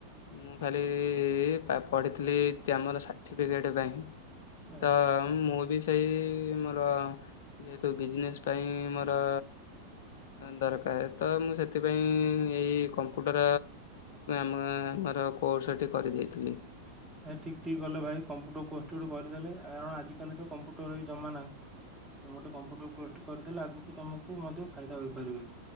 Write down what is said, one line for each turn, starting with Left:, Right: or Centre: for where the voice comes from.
Left: ମୁଁ ଖାଲି ପା ପଢିଥିଲି ଚାମନ୍ ସର୍ଟିଫିକେଟ ବ୍ୟାଙ୍କ
Centre: ଆଚ୍ଛା
Left: ତ
Centre: ଆଚ୍ଛା ହଁ।
Left: ମୁଁ ବି ସେଇ ମୋର ଯେହେତୁ ବିଜନେସ୍ ପାଇଁ ମୋର ଦରକାର ତ ମୁଁ ସେଥିପାଇଁ ଏଇ ନା ଆମ ଗାଁ ଆମର କୋର୍ସ ଏଠି କରିଦେଇଥିଲି
Centre: ନାଇ ଠିକ ଠିକ କଲେ ଭାଇ କମ୍ପୁଟର କୋର୍ସ ଟି ଗୋଟେ କରିଦେଲେ ଆ ଆଜିକାଲି ତ କମ୍ପ୍ୟୁଟର ହିଁ ଜମାନାହିଁ ତମେ ଗୋଟେ କମ୍ପ୍ୟୁଟର କୋର୍ସ ଟି କରିଦେଲେ ଆଗକୁ ତମକୁ ମଧ୍ୟ ଫାଇଦା ହୋଇପାରିବେ